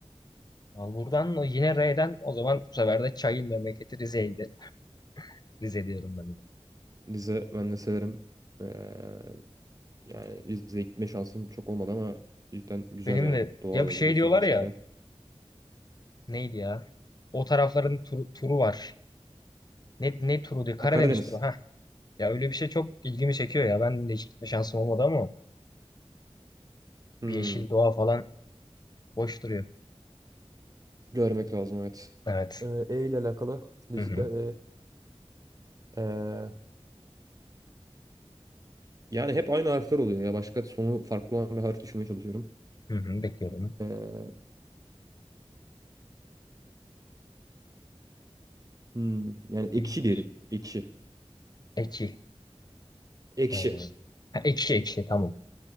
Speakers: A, on the left; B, on the right.
A: Nalbur'dan o yine R'den o zaman bu sefer de çayın memleketi Rize'ye gidelim. <laughs> Rize diyorum ben de.
B: Rize ben de severim. Ee, yani Rize'ye gitme şansım çok olmadı ama cidden güzel
A: Benim
B: yani.
A: de
B: Doğal
A: ya bir
B: yerler
A: şey
B: olsun
A: diyorlar
B: vesaire.
A: ya neydi ya? O tarafların turu, turu var. Ne, ne turu diyor? Karadeniz
B: Ha, Karadeniz.
A: turu. Ha. Ya öyle bir şey çok ilgimi çekiyor ya. Ben de hiç gitme şansım olmadı ama bir
B: Hmm,
A: yeşil doğa falan boş duruyor.
B: görmek lazım evet.
A: Evet.
B: Ee, e ile alakalı. Rize.
A: Hı hı.
B: E, Yani hep aynı harfler oluyor ya. Başka sonu farklı olan bir harf düşünmeye çalışıyorum.
A: Hı hı. Bekliyorum.
B: Ee, hmm, yani ekşi
A: Eğil.
B: diyelim. Ekşi.
A: Eki.
B: Ekşi.
A: Hmm. Ha, ekşi ekşi tamam.